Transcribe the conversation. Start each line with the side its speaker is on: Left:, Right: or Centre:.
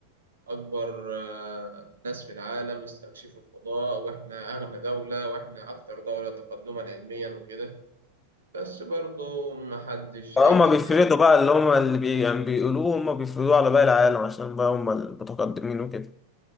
Right: اكبر آه، ناس في العالم استكشفوا الفضاء واحنا اغنى دولة واحنا اكتر دولة تقدما علميا وكده بس برضو محدش
Left: هما
Right: هيكذب
Left: بيفردوا بقى اللي هما اللي بي يعني بيقولوه هما بيفردوه على باقي العالم عشان بقى هما المتقدمين وكده